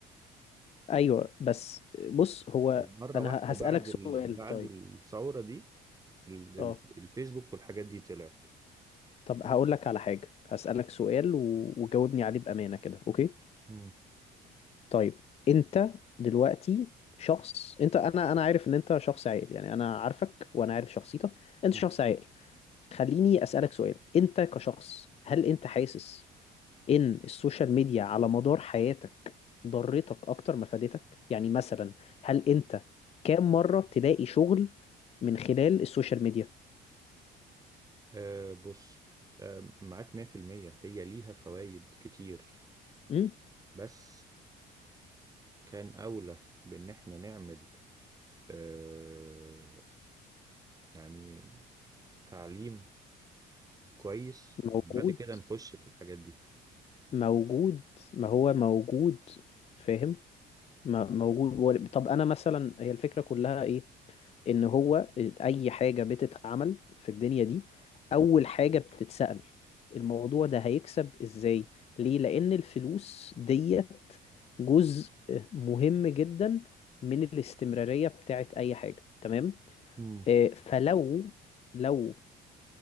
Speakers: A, on the left (about 40°); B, on the right (about 20°).
A: ايوه بس بص هو
B: ومرة
A: انا
B: واحدة
A: ه- هسألك
B: بعد ال...
A: سؤال
B: بعد
A: طيب
B: الثورة دي ال... ال-
A: اه
B: الفيسبوك والحاجات دي طلعت
A: طب هقول لك على حاجة هسألك سؤال و... وجاوبني عليه بأمانة كده اوكي
B: مم.
A: طيب انت دلوقتي شخص انت انا انا عارف ان انت شخص عاقل يعني انا عارفك وانا عارف شخصيتك انت
B: مم.
A: شخص عاقل خليني أسألك سؤال انت كشخص هل انت حاسس ان السوشيال ميديا على مدار حياتك ضرتك اكتر ما فادتك يعني مثلا هل انت كام مرة تلاقي شغل من خلال السوشيال ميديا
B: آه بص آه معاك 100% هي ليها فوائد كتير
A: امم
B: بس كان أولى بإن احنا نعمل آه يعني تعليم كويس
A: موجود
B: وبعد كده نخش في الحاجات دي
A: موجود ما هو موجود فاهم ما- موجود و- طب انا مثلا هي الفكرة كلها ايه ان هو اي حاجة بتتعمل في الدنيا دي اول حاجة بتتسأل الموضوع ده هيكسب ازاي ليه لان الفلوس ديت جزء مهم جدا من الاستمرارية بتاعت اي حاجة تمام
B: مم.
A: آه، فلو لو